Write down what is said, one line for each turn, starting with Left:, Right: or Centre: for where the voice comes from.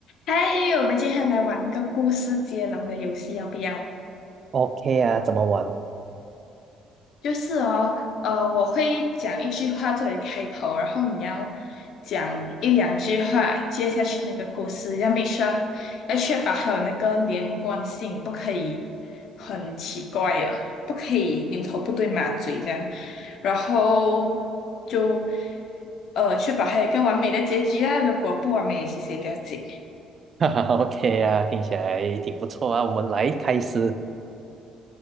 Left: 嗨，我们今天来玩个故事接龙的游戏，要不要？
Right: OK 啊，怎么玩
Left: 就是哦，呃，我会讲一句话作为开头，然后你要讲一两句话接下去那个故事，要 make sure 要确保还有那个连贯性，不可以很奇怪的，不可以牛头不对马嘴这样，然后就呃确保还有一个完美的结局啊，如果不完美，其实也不要紧。
Right: <laughs> 哈哈？OK 啊，听起来挺不错啊。我们来开始，